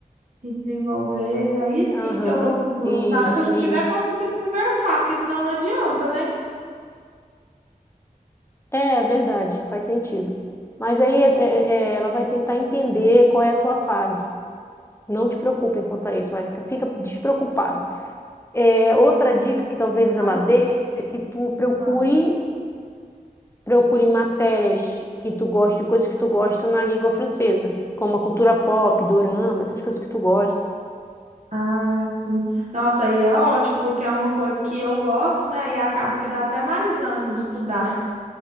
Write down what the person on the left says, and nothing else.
Aham,
isso,
isso.
É, é verdade, faz sentido. Mas aí é- é- é, ela vai tentar entender qual é a tua fase. Não te preocupe quanto a isso, vai fica, fica despreocupado. É, outra dica que talvez
ela dê é que tu procure
Procure matérias que tu gosta, coisas que tu gosta na língua francesa, como a cultura pop, dorama, essas coisas que tu gosta.